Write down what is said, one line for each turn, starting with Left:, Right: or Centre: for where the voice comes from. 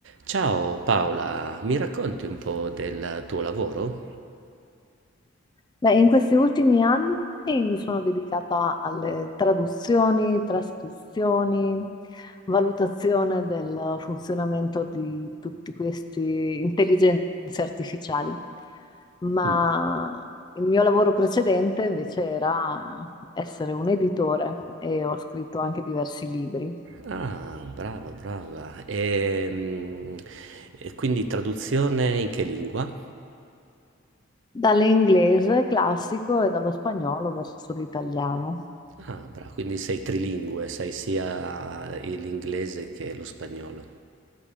Right: Ciao Paola, mi racconti un po' del tuo lavoro?
Left: Beh, in questi ultimi anni mi sono dedicata alle traduzioni, trascrizioni, valutazione del funzionamento di tutti questi intelligenze artificiali, ma
Right: Mm.
Left: il mio lavoro precedente invece era essere un editore e ho scritto anche diversi libri,
Right: Ah, brava, brava. Ehm, E, quindi traduzione in che lingua?
Left: dall'inglese classico e dallo spagnolo verso l'italiano.
Right: Ah, brava, quindi sei trilingue, sai sia l'inglese che lo spagnolo.